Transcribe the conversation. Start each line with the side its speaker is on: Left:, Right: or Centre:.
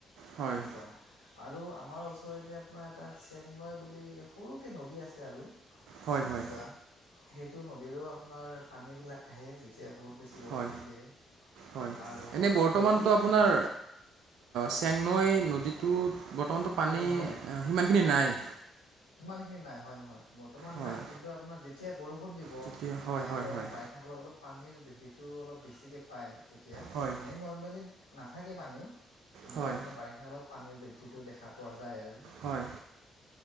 Right: হয়
Left: তেনেকুৱা আৰু আমাৰ ওচৰতে আপোনাৰ এটা চেংনৈ বুলি সৰুকে নদী আছে আৰু
Right: হয়
Left: তেনেকুৱা
Right: হয়
Left: সেইটো নদীৰো আপোনাৰ পানী বিলাক আহে যেতিয়া বহুত বেছি বৰষুণ
Right: হয়
Left: দিয়ে
Right: হয়
Left: আৰু
Right: এনে
Left: আপোনাৰ
Right: বৰ্তমানতো
Left: নদী ঠাই
Right: আপোনাৰ চেংনৈ নদীটোত বৰ্তমানটো পানী
Left: হয় হয়
Right: সিমানখিনি নাই।
Left: সিমান খিনি নাই হয় হয় বৰ্তমান
Right: হয়
Left: নাই কিন্তু আপোনাৰ যেতিয়া বৰষুণ বৰষুণ দিব
Right: তেতিয়া হয়
Left: বাইকেৰেহে
Right: হয় হয়
Left: বাৰিষা কালত অলপ পানীৰ বৃদ্ধিটো অলপ বেছিকে পায়। তেতিয়া
Right: হয়
Left: এনেই নৰ্মেলি নাথাকে পানী কিন্তু
Right: হয়
Left: আপোনাৰ বাৰিষা কালত পানীৰ বৃদ্ধি টো দেখা পোৱা যায় আৰু।
Right: হয়